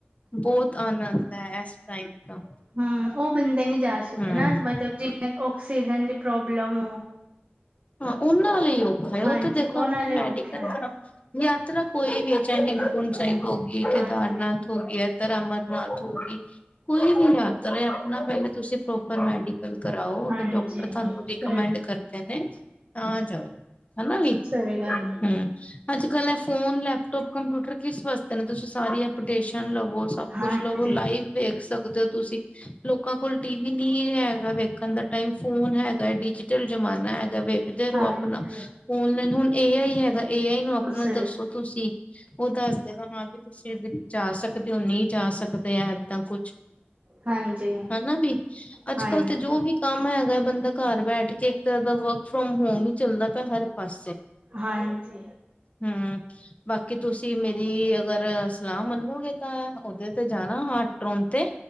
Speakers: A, on the left; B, on the right.
A: ਬਹੁਤ ਆਨੰਦ ਐ ਏਸ ਟਾਈਮ ਤਾਂ।
B: ਹੂੰ, ਉਹ ਬੰਦਾ ਨੀ ਜਾ ਸਕਦੇ
A: ਹਮ
B: ਨਾ ਮਤਲਬ ਜਿਵੇਂ ਔਕਸੀਜਨ ਦੀ ਪ੍ਰੋਬਲਮ ਹੋ।
A: ਹਾਂ, ਉਹਨਾਂ ਲਈ ਔਖਾ ਐ
B: ਹਾਂਜੀ
A: ਉਹ ਤਾਂ ਦੇਖੋ
B: ਉਹਨਾਂ
A: ਆਪਣਾ
B: ਲਈ ਔਖਾ
A: ਮੈਡੀਕਲ
B: ਹੈ
A: ਯਾਤਰਾ ਕੋਈ ਵੀ ਐ ਚਾਹੇ ਹਿੰਮਕੁੰਟ ਸਾਹਿਬ ਹੋਗੀ ਕੇਦਾਰਨਾਥ
B: ਹਾਂਜੀ
A: ਹੋਗੀ ਇੱਧਰ ਅਮਰ ਨਾਥ ਹੋਗੀ। ਕੋਈ ਵੀ ਯਾਤਰਾ ਆਪਣਾ ਪਹਿਲੇ ਤੁਸੀਂ ਪ੍ਰੋਪਰ ਮੈਡੀਕਲ ਕਰਾਓ ਅਗਰ
B: ਹਾਂਜੀ
A: ਡਾਕਟਰ ਤੁਹਾਨੂੰ
B: ਸਹੀ
A: ਰਿਕਮੈਂਡ ਕ ਰਦੇ ਨੇ ਤਾਂ ਜਾਓ ਹਨਾ ਵੀ
B: ਸਹੀ ਗੱਲ ਹੈ
A: ਹੂੰ। ਅੱਜ ਕੱਲ ਐ ਫੋਨ, ਲੈਪਟੋਪ, ਕੰਪਿਊਟਰ ਕਿਸ ਵਾਸਤੇ ਨੇ ਤੁਸੀਂ ਸਾਰੀ ਐਪਡੇਸ਼ਨ ਲਵੋ। ਸਭ ਕੁਛ
B: ਹਾਂਜੀ
A: ਲਵੋ ਲਾਈਵ ਵੇਖ ਸਕਦੇ ਓ ਤੁਸੀਂ। ਲੋਕਾਂ ਕੋਲ ਟੀ ਵੀ ਨਹੀਂ ਹੈਗਾ ਵੇਖਣ ਦਾ ਟਾਈਮ ਫੋਨ ਹੈਗਾ ਡਿਜੀਟਲ ਜਮਾਨਾ ਹੈਗਾ ਵੇ ਖਦੇ ਰਹੋ
B: ਹਾਂਜੀ
A: ਆਪਣਾ ਔਨਲਾਈਨ ਹੁਣ ਏ ਆਈ ਹੈਗਾ ਏ ਆਈ ਨੂੰ ਆਪਣਾ
B: ਸਹੀ
A: ਦੱਸੋ ਤੁਸੀਂ। ਉਹ ਦੱਸ ਦੇਗਾ ਹਾਂ ਵੀ ਤੁਸੀਂ ਵੀ ਜਾ ਸਕਦੇ ਓ ਨਹੀਂ ਜਾ ਸਕਦੇ ਆ ਏਦਾਂ ਕੁਛ।
B: ਹਾਂਜੀ
A: ਹਨਾ ਵੀ ਅੱਜ
B: ਹਾਂਜੀ
A: ਕਲ ਤੇ ਜੋ ਵੀ ਕੰਮ ਹੈਗਾ, ਬੰਦਾ ਘਰ ਬੈਠ ਕੇ ਇੱਕ ਤਰ੍ਹਾਂ ਦਾ ਵਰਕ ਫਰੋਮ ਹੋਮ ਈ ਚੱਲਦਾ ਪਿਆ ਹਰ ਪਾਸੇ,
B: ਹਾਂਜੀ!
A: ਹੂੰ! ਬਾਕੀ ਤੁਸੀਂ ਮੇਰੀ ਅਗਰ ਸਲਾਹ ਮੰਨੋਗੇ ਤਾਂ ਉਹਦੇ ਤੇ ਜਾਣਾ ਹਾਂ ਟੋਨ ਤੇ,